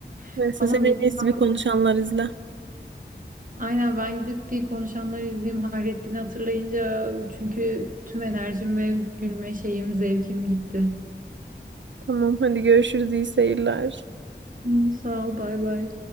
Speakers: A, on the right; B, on the right.
A: Neyse
B: <laughs> Ama
A: sen
B: Misan'ın
A: en iyisi bir konuşanlar izle.
B: aynen ben gidip bir konuşanları izleyeyim. Hayrettin'i hatırlayınca çünkü tüm enerjim ve gülme şeyim, zevkim gitti.
A: Tamam hadi görüşürüz. iyi seyirler.
B: Hı, Sağ ol, bay bay.